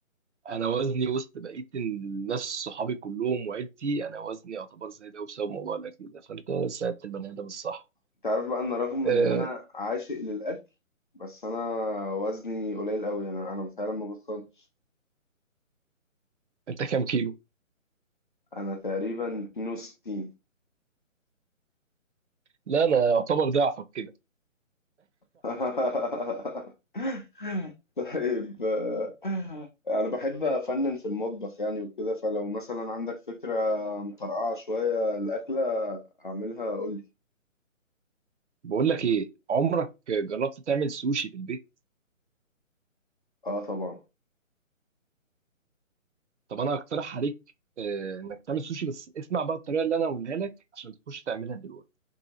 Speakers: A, on the right; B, on the left.
A: أنا وزني وسط بقية الناس صحابي كلهم وعيلتي أنا وزني يعتبر زي ده بسبب موضوع الأكل ده فأنت سألت البني آدم الصح
B: انت عارف بقى ان رغم
A: أه
B: ان انا عاشق للاكل بس انا وزني قليل قوي انا انا فعلا ما بتخنش
A: أنت كام كيلو؟
B: انا تقريبا 62
A: لا أنا يعتبر ضعفك كده
B: <laughs> طيب آه، انا بحب افنن في المطبخ يعني وكده فلو مثلا عندك فكرة مطرقعة شوية الاكلة اعملها قولي
A: بقول لك إيه عمرك جربت تعمل سوشي في البيت؟
B: اه طبعا
A: طب أنا هقترح عليك آه، إنك تعمل سوشي بس اسمع بقى الطريقة اللي أنا هقولها لك عشان تخش تعملها دلوقتي